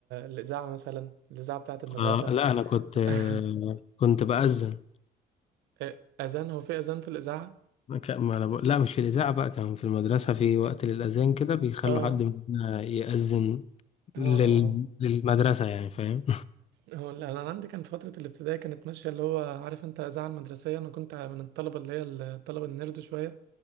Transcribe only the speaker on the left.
آه لا انا كنت
آه كنت باذن
ك- ما أنا بقول- لا مش في الاذاعه بقى كان في المدرسه في وقت للاذان كده بيخلوا
حد مننا ياذن
لل...
للمدرسه يعني فاهم